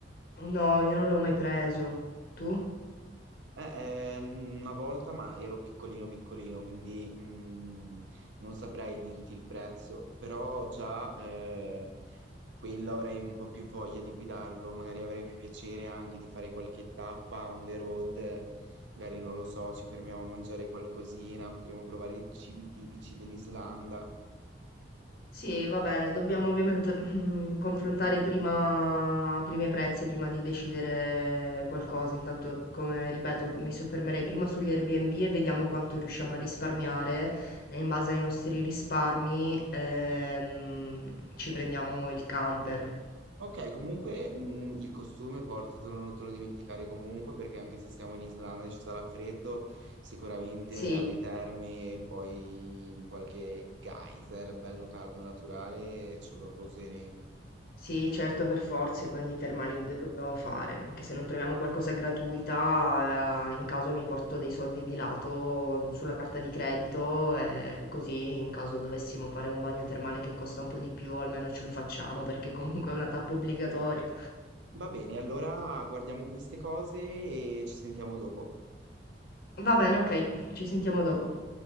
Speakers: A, on the left; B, on the right.
A: no, io non l'ho mai preso. Tu?
B: Eh, ehm, una volta, ma ero piccolino piccolino, quindi mh, non saprei dirti il prezzo, però già eh, quello avrei un po' più voglia di guidarlo, magari avrei più piacere anche di fare qualche tappa on the road, magari non lo so, ci fermiamo a mangiare qualcosina, potremmo provare i cibi tipici dell'Islanda.
A: Sì, va bene, dobbiamo ovviamente mm, confrontare prima, prima i prezzi, prima di decidere qualcosa. Intanto, come ripeto, mi soffermerei prima sugli Airbnb e vediamo quanto riusciamo a risparmiare e in base ai nostri risparmi ehm, ci prendiamo il camper.
B: Ok, comunque mh, il costume portatelo, non te lo dimenticare comunque, perché anche se siamo in Islanda e ci sarà freddo, sicuramente
A: Sì,
B: alle terme, poi in qualche geyser bello caldo naturale, ce lo, lo useremo.
A: Sì, certo, per forza i bagni termali li dobbiamo fare, anche se non troviamo qualcosa gratuita, eh, in caso mi porto dei soldi di lato sulla carta di credito e così in caso dovessimo fare un bagno termale che costa un po' di più, almeno ce lo facciamo perché comunque è una tappa obbligatoria.
B: Va bene, allora guardiamo queste cose e ci sentiamo dopo.
A: Va bene, ok, ci sentiamo dopo.
B: Dopo.